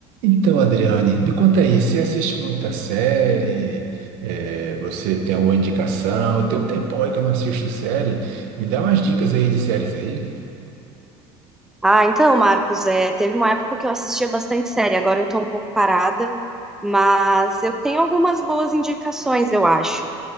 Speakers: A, on the right (about 70°); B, in the centre.
A: Então, Adriane, me conta aí, você assiste muita série? Eh, você tem alguma indicação? Tem um tempão aí que eu não assisto série. Me dá umas dicas aí de séries aí.
B: Ah, então, Marcos, é, teve uma época que eu assistia bastante série, agora eu tô um pouco parada, mas eu tenho algumas boas indicações, eu acho.